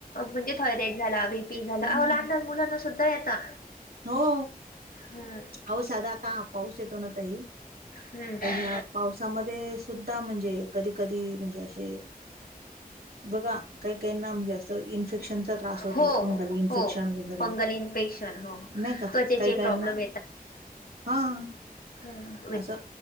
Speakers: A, on the left (about 65°); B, on the right (about 70°).
A: म्हणजे थॉयरेड झाला बीपी झाला
B: हम्म
A: आओ लहान लहान मुलांना सुद्धा ये आता
B: हो.
A: हम्म
B: आव साधा आता पाऊस येतो ना ताई
A: हम्म
B: तर या पावसामध्ये सुद्धा म्हणजे कधी कधी म्हणजे असे- बघा काही काहीना म्हणजे असं इन्फेक्शनचा त्रास- होतो
A: हो
B: फंगल इन्फेक्शन
A: हो
B: वगैरे.
A: फंगल इन्फेक्शन हो
B: नाही का?
A: त्वचेचे
B: काही काहींना.
A: प्रॉब्लेम
B: हं.
A: हं.
B: असं